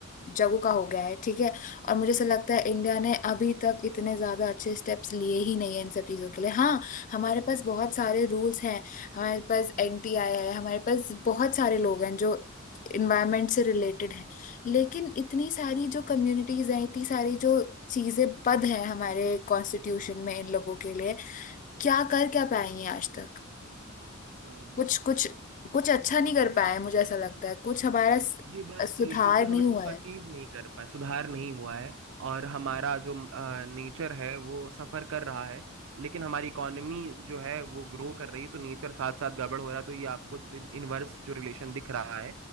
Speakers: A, on the left; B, on the right.
A: जगहों का हो गया है ठीक है और मुझे ऐसा लगता है
B: हम्म
A: इंडिया ने अभी तक इतने ज्यादा अच्छे स्टेप्स लिए ही नहीं है इन सब चीजों के लिए हाँ हमारे पास बहुत सारे रूल्स हैं हमारे पास एनटीआई है हमारे पास बहुत सारे लोग हैं जो इन्वायरमेंट से रिलेटेड लेकिन इतनी सारी जो कम्युनिटीज हैं इतनी सारी जो चीजें पद हैं हमारे कॉन्स्टिट्यूशन
B: हम्म,
A: में इन लोगों के लिए क्या कर क्या पाए हैं आज तक
B: हम्म।
A: कुछ कुछ कुछ अच्छा नहीं कर पाए हैं, मुझे ऐसा लगता है कुछ हमारा स-
B: ये बात सही
A: सुधार
B: है क्योंकि हम
A: नहीं
B: लोग
A: हुआ
B: उसको
A: है
B: अचीव नहीं कर पाए सुधार नहीं हुआ है और हमारा जो नेचर है वो सफर कर रहा है लेकिन हमारी इकोनॉमी जो है वो ग्रो कर रही है तो नेचर साथ साथ गड़बड़ हो रहा है तो ये आपको इनवर्स जो रिलेशन दिख रहा है